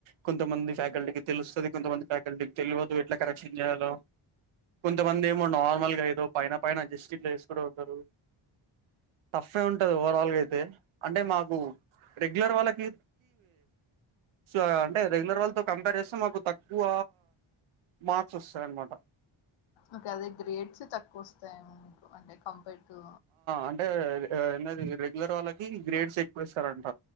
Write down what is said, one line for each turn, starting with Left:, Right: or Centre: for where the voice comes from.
Right: కొంతమంది ఫ్యాకల్టీకి తెలుస్తది కొంతమంది ఫ్యాకల్టీకి తెల్వదు ఎట్లా కరెక్షన్ చేయాలో కొంతమంది ఏమో నార్మల్గా ఏదో పైన పైన అడ్జస్ట్ చేసు కూడా అవుతారు టఫ్ఫె ఉంటది ఓవరాల్గా అయితే అంటే మాకు రెగ్యులర్ వాళకికి సో అంటే రెగ్యులర్ వాళ్ళతో కంపేర్ చేస్తే మాకు తక్కువ మార్క్స్ వస్తాయిన్నమాట
Left: ఇంకా అదే గ్రేడ్స్ తక్కువ వస్తాయెమో మీకు అంటే కంపేర్ టు
Right: అంటే ఏది రెగ్యులర్ వాళ్ళకి గ్రేడ్స్ ఎక్కువ ఇస్తారంట